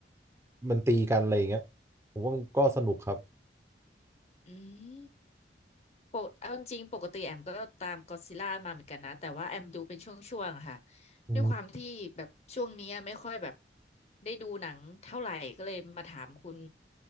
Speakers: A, on the right; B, on the left.
A: มันตีกันอะไรอย่างเงี้ยผมว่ามันก็สนุกครับ
B: อืม ปกเอาจริงๆปกติแอมก็ตามก็อดซิลล่ามาเหมือนกันนะแต่ว่าแอมดูเป็นช่วงๆอะค่ะ
A: อืม
B: ด้วยความที่แบบช่วงเนี้ยไม่ค่อยแบบได้ดูหนังเท่าไหร่ก็เลยมาถามคุณ